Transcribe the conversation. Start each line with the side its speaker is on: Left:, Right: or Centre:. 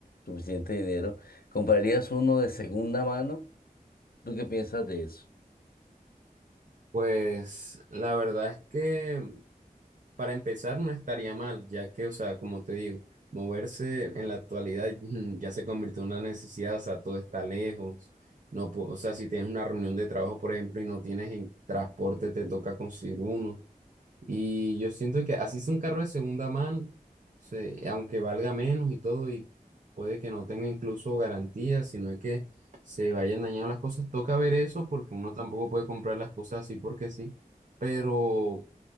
Left: suficiente dinero, ¿Comprarías uno de segunda mano? ¿Tú qué piensas de eso?
Right: Pues la verdad es que para empezar no estaría mal, ya que, o sea, como te digo, moverse en la actualidad <laughs> mm, ya se convirtió en una necesidad, o sea, todo está lejos. No, pu- o sea, si tienes una reunión de trabajo, por ejemplo, y no tienes en transporte, te toca conseguir uno. Y yo siento que así sea un carro de segunda mano, se- aunque valga menos y todo, y puede que no tenga incluso garantía, sino es que se vayan dañando las cosas. Toca ver eso porque uno tampoco puede comprar las cosas así porque sí pero